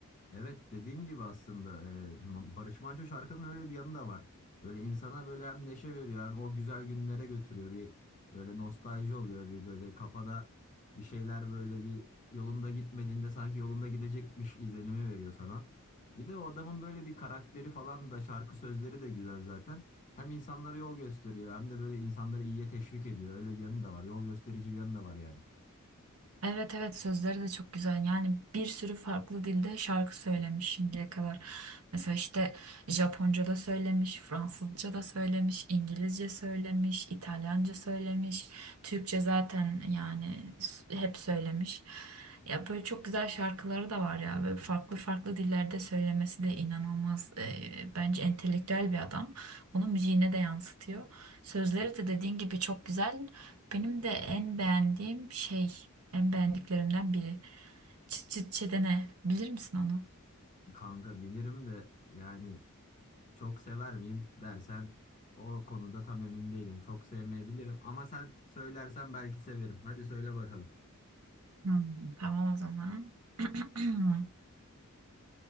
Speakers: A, on the left; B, on the right.
A: Evet dediğin gibi aslında e, Ma- Barış Manço şarkının öyle bir yanı da var. Böyle insana böyle hem neşe veriyor hem o güzel günlere götürüyor. Bir böyle nostalji oluyor. Bir böyle kafada bir şeyler böyle bir yolunda gitmediğinde sanki yolunda gidecekmiş izlenimi veriyor sana. Bir de o adamın böyle bir karakteri falan da şarkı sözleri de güzel zaten. Hem insanlara yol gösteriyor hem de böyle insanları iyiye teşvik ediyor. Öyle bir yanı da var. Yol gösterici bir yanı da var yani.
B: Evet evet sözleri de çok güzel. Yani bir sürü farklı dilde şarkı söylemiş şimdiye kadar. Mesela işte Japonca da söylemiş, Fransızca da söylemiş, İngilizce söylemiş, İtalyanca söylemiş, Türkçe zaten yani s- hep söylemiş. Ya böyle çok güzel şarkıları da var ya. Böyle farklı farklı dillerde söylemesi de inanılmaz. e, bence entelektüel bir adam. Onu müziğine de yansıtıyor. Sözleri de dediğin gibi çok güzel. Benim de en beğendiğim şey en beğendiklerimden biri. Çıt çıt çedene. Bilir misin onu?
A: Kanka bilirim de yani Çok sever miyim dersen o konuda tam emin değilim. Çok sevmeyebilirim ama sen söylersen belki severim. Hadi söyle bakalım.
B: Hmm, tamam o zaman. <clears throat>